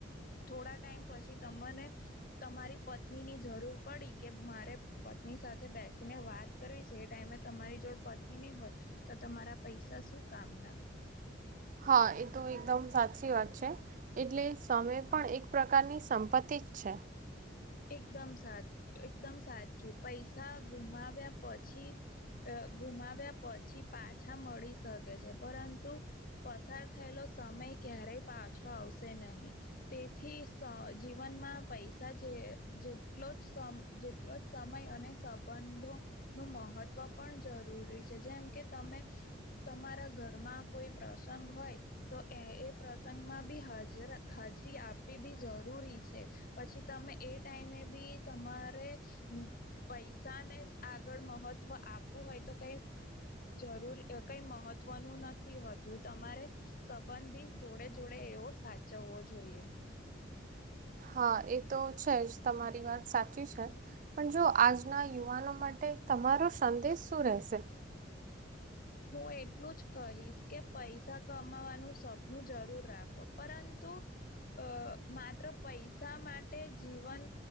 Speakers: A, on the left (about 50°); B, on the right (about 45°).
A: થોડા ટાઈમ પછી તમને તમારી પત્ની ની જરૂર પડી કે મારે પત્ની સાથે બેસીને વાત કરવી છે એ ટાઈમે તમારી જોડ પત્ની નહી હોય તો તમારા પૈસા શું કામના.
B: હા, એ તો એકદમ સાચી વાત છે. એટલે સમય પણ એક પ્રકારની સંપત્તિ જ છે.
A: એકદમ સાચ એકદમ સાચું પૈસા ગુમાવ્યા પછી અહ ગુમાવ્યા પછી પાછા મળી શકે છે પરંતુ પસાર થયેલો સમય ક્યારેય પાછો આવશે નહીં. તેથી સ અહ જીવનમાં પૈસા જે જેટલો જ સમ જેટલો જ સમય અને સંબંધો નું મહત્વ પણ જરૂરી છે જેમ કે તમે તમારા ઘરમાં કોઈ પ્રસંગ હોય તો એ એ પ્રસંગમાં બી હાજર હાજરી આપવી બી જરૂરી છે. પછી તમે એ ટાઈમે બી તમારે પૈસા ને જ આગળ મહત્વ આપવું હોય તો કઈ જરૂર કઈ મહત્વનું નથી હોતું તમારે સંબંધ બી જોડે જોડે એવો સાચવવો જોઈએ.
B: હા, એ તો છે જ તમારી વાત સાચી છે. પણ જો આજના યુવાનો માટે તમારો સંદેશ શું રહેશે?
A: હું એટલું જ કહીશ કે પૈસા કમાવાનું સપનું જરૂર રાખો પરંતુ અહ માત્ર પૈસા માટે જીવન